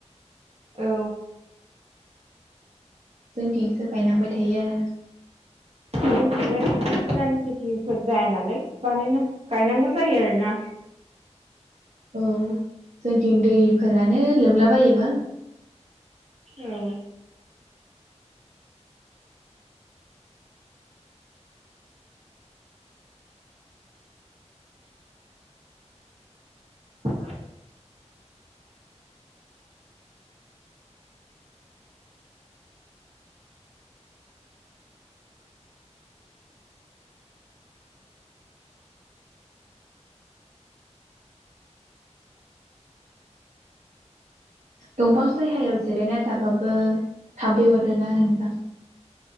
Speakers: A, on the right (about 60°); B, on the right (about 75°).
A: औ।
B: जों थिंसो गायनांबाय। थायो आरो
A: <unintelligible> गोरान खेथिफोर जाया नालाय बानायना गायनांगौ जायो आरोना।
B: औ जोंथिं दैफोरानो लोमलाबायोबा।
A: औ। <inaudible>
B: दंफां सहायाव जिरायना थाबाबो थाफै अरोना नोंथां?